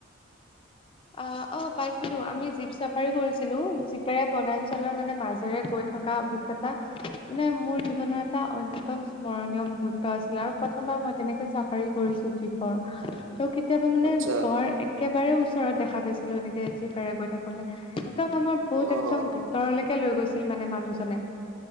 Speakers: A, on the left; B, on the right.
A: অ অ পাইছিলো আমি জীপ চাফাৰী কৰিছিলো জীপেৰে বনাঞ্চলৰ মানে মাজ হে গৈ থকা অভিজ্ঞতা মানে মোৰ জীৱনৰ এটা অন্যতম স্মৰণীয় মুহুৰ্ত আছিল আৰু প্ৰথমবাৰ মই তেনেকে চ চাফাৰী কৰিছো জীপৰ
B: <inaudible>
A: ত' কেতিয়াবা মানে
B: আচ্ছা,
A: ঘৰ একেবাৰে ওচৰত দেখা পাইছিলো এনেকে যি পাৰে গৈ থাকোতে একদম আমাৰ বহুত
B: অ',
A: একদম ভিতৰলৈকে লৈ গৈছিল মানে মানুহজনে